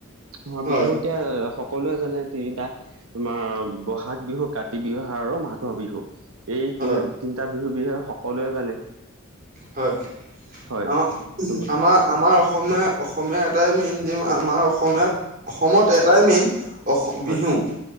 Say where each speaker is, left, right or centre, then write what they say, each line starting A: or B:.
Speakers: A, on the right (about 85°); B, on the right (about 40°).
A: আমাৰ
B: হয়,
A: বিহুত এতিয়া, সকলোৱে জানে তিনিটা। তোমাৰ বহাগ বিহু, কাতি বিহু, আৰু মাঘৰ বিহু। এই
B: হয়,
A: তি, তিনিটা বিহুৰ বিষয়ে সকলোৱে জানে।
B: হয়,
A: হয়
B: অ, আমাৰ
A: তোমাৰ
B: আমাৰ অসমীয়া, অসমীয়া এটাই মেইন যি, আমাৰ অসমীয়াত, অসমত এটাই মেইন অস,
A: হয়
B: বিহু,